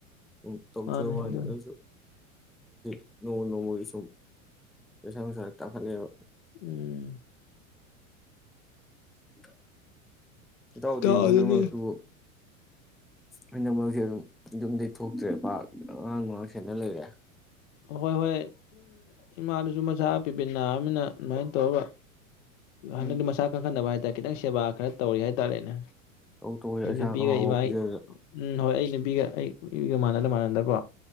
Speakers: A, in the centre; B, on the left.
A: ꯎꯝ ꯇꯧꯖ
B: ꯃꯥꯅꯦ
A: ꯋꯥꯅꯤ
B: ꯑꯗꯨ
A: ꯑꯗꯣꯏꯁꯨ <unintelligible> ꯅꯣꯡꯃ ꯅꯣꯡꯃꯒꯤ ꯁꯨꯝ ꯄꯩꯁꯥ ꯅꯨꯡꯁꯥ ꯇꯥꯡꯈꯠꯂꯦꯕ
B: ꯎꯝ
A: <unintelligible> ꯏꯇꯥꯎꯗꯤ
B: ꯏꯇꯥꯎ
A: ꯍꯟꯗꯛ
B: ꯑꯗꯨꯗꯤ
A: ꯃꯔꯛꯇꯨ ꯍꯟꯗꯛ ꯃꯔꯛꯁꯦ ꯑꯗꯨꯝ ꯌꯨꯝꯗꯩ ꯊꯣꯛꯇ꯭ꯔꯦ ꯄꯥꯛ ꯑꯉꯥꯡ ꯅꯨꯡꯉꯥꯡ ꯁꯦꯟꯅ ꯂꯩꯔꯦ
B: ꯍꯣꯏ ꯍꯣꯏ ꯏꯃꯥꯗꯨꯖꯨ ꯃꯁꯥ ꯄꯤꯕꯤꯠ ꯅꯥꯔꯝꯅꯤꯅ ꯑꯗꯨꯃꯥꯏꯅ ꯇꯧꯔꯒ
A: ꯎꯝ
B: ꯍꯟꯗꯛꯇꯤ ꯃꯁꯥ ꯀꯟꯈꯠꯅꯕ ꯍꯥꯏꯇꯥꯔꯦ ꯈꯤꯇꯪ ꯁꯦꯕꯥ ꯈꯔ ꯇꯧꯔꯤ ꯍꯥꯏꯇꯥꯔꯦꯅꯦ
A: ꯇꯧ ꯇꯧꯒꯩ
B: ꯑꯩ
A: ꯑꯦꯟꯁꯥꯡ
B: ꯅꯨꯄꯤꯒ
A: ꯑꯍꯥꯎ ꯑꯍꯥꯎ
B: ꯏꯕꯥꯏ
A: ꯄꯤꯖꯗꯅ
B: ꯎꯝ ꯍꯣꯏ ꯑꯩ ꯅꯨꯄꯤꯒ ꯑꯩ ꯏꯒ ꯃꯥꯟꯅꯗ ꯃꯥꯟꯅꯗꯀꯣ